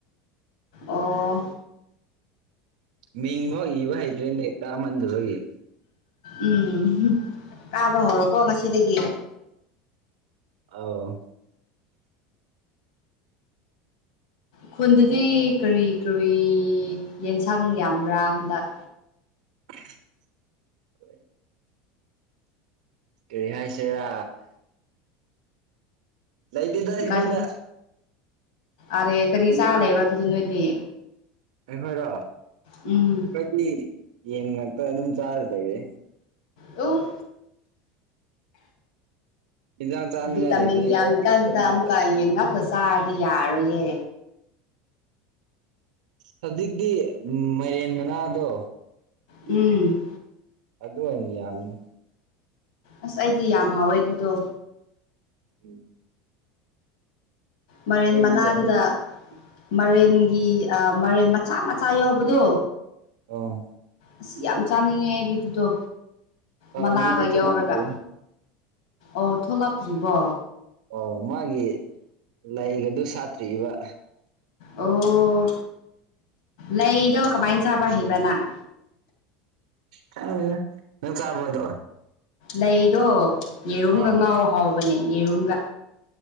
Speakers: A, on the left (about 75°); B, on the right (about 80°).
A: ꯑꯣ
B: ꯃꯤꯡꯕꯥꯎ ꯏꯕ ꯍꯩꯇ꯭ꯔꯦꯅꯦ ꯀꯃꯟꯗꯕꯒꯤ
A: ꯎꯝ ꯀꯥꯕ ꯍꯧꯔꯣꯀꯣ ꯉꯁꯤꯗꯒꯤ
B: ꯑꯧ
A: ꯈꯨꯟꯗꯗꯤ ꯀꯔꯤ ꯀꯔꯤ ꯌꯦꯟꯁꯥꯡ ꯌꯥꯝꯕ꯭ꯔꯥ ꯍꯟꯗꯛ
B: <unintelligible> ꯀꯔꯤ ꯍꯥꯏꯁꯤꯔ ꯂꯩꯇꯦꯗ ꯑꯩꯈꯣꯏꯗ
A: ꯒꯥꯟ ꯑꯔꯦ ꯀꯔꯤ
B: ꯏꯟꯖꯥꯡ
A: ꯆꯥ ꯂꯩꯕꯔ ꯑꯗꯨꯗꯤ ꯅꯣꯏꯗꯤ
B: ꯑꯩꯈꯣꯏꯔꯣ
A: ꯎꯝ
B: ꯑꯩꯈꯣꯏꯗꯤ ꯌꯦꯟ ꯉꯥꯛꯇ ꯑꯗꯨꯝ ꯆꯥꯔ ꯂꯩꯔꯦ
A: ꯎꯨ
B: ꯏꯟꯖꯥꯡ ꯆꯥꯅꯤꯡꯉꯥꯏ
A: ꯚꯤꯇꯥꯃꯤꯟ
B: ꯂꯩꯇ꯭ꯔꯗꯤ
A: ꯌꯥꯝꯃꯤꯀꯥꯟꯗ
B: ꯑꯣꯛ ꯑꯗꯨꯝ ꯍꯥꯜꯂꯦ
A: ꯑꯃꯨꯛꯀꯥ ꯌꯦꯟ ꯉꯥꯛꯇꯥ ꯆꯥꯔꯗꯤ ꯌꯥꯔꯣꯏꯌꯦ
B: ꯍꯧꯖꯤꯛꯇꯤ ꯃꯥꯏꯔꯦꯟ ꯃꯅꯥꯗꯣ
A: ꯎꯝ
B: ꯑꯗꯨ ꯑꯣꯏꯅ ꯌꯥꯝꯃꯤꯅ
A: ꯑꯁ ꯑꯩꯗꯤ ꯌꯥꯝ ꯍꯥꯎꯋꯦ ꯑꯗꯨꯗꯣ
B: ꯎꯝ
A: ꯃꯥꯏꯔꯦꯟ
B: ꯑꯩꯗꯤ
A: ꯃꯅꯥꯗꯨꯗ
B: ꯆꯥꯅꯤꯡ
A: ꯃꯔꯦꯟꯒꯤ ꯑꯥ ꯃꯔꯦꯟ ꯃꯆꯥ ꯃꯆꯥ ꯌꯥꯎꯕꯗꯣ
B: ꯑꯥ
A: ꯑꯁ ꯌꯥꯝ ꯆꯥꯅꯤꯡꯉꯦ ꯑꯩꯗꯤ ꯑꯗꯨꯗꯣ
B: ꯑꯥꯎ
A: ꯃꯅꯥꯒ
B: ꯑꯗꯨꯗꯤ
A: ꯌꯥꯎꯔꯒ
B: ꯊꯣꯛꯂꯛꯇ꯭ꯔꯤ
A: ꯑꯣ ꯊꯣꯛꯂꯛꯇ꯭ꯔꯤꯕꯣ
B: ꯑꯣ ꯃꯥꯒꯤ ꯂꯩꯒꯗꯨ ꯁꯥꯠꯇ꯭ꯔꯤꯕ
A: ꯑꯣ ꯂꯩꯗꯣ ꯀꯃꯥꯏꯟ ꯆꯥꯕ ꯍꯩꯕ ꯅꯪ
B: ꯈꯪꯗꯦꯗ ꯅꯪ ꯆꯥꯕꯔꯣ ꯑꯗꯣ
A: ꯂꯩꯗꯣ ꯌꯦꯔꯨꯝꯒ
B: ꯑꯥ
A: ꯉꯥꯎ ꯍꯥꯎꯕꯅꯦ ꯌꯦꯔꯨꯝꯒ